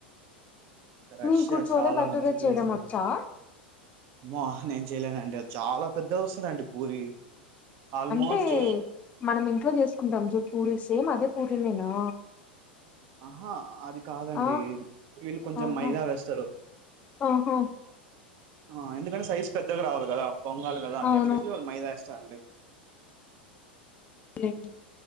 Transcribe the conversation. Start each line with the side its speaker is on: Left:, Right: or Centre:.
Right: రష్యా
Left: మీకు చోలే
Right: చాలా
Left: బట్టురే
Right: మంచి ప్లేస్
Left: చేయడం
Right: అండి
Left: వచ్చా
Right: అమ్మో హ్ నేను చేయలేనండి అది చాలా పెద్దగోస్తదండి పూరి ఆల్మోస్ట్
Left: అంటే మనం ఇంట్లో చేసుకుంటాం చూడు పూరి సేమ్ అదే పూరీనేనా
Right: ఆహ్ అది కాదండి
Left: ఆ
Right: వీళ్ళు కొంచెం
Left: ఆహా
Right: మైదా వెస్తారు
Left: ఆహా
Right: ఆ ఎందుకంటే సైజ్ పెద్దగా రావాలి కదా పొంగాలి కదా అని
Left: అవునవునులేండి
Right: చెప్పేసి వాళ్ళు మైదా వేస్త్ <unintelligible>
Left: ఏంది